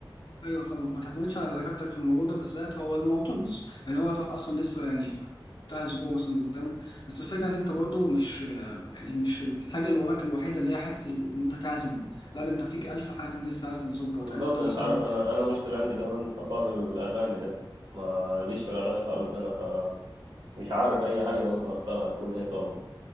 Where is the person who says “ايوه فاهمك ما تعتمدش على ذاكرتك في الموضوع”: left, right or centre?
Left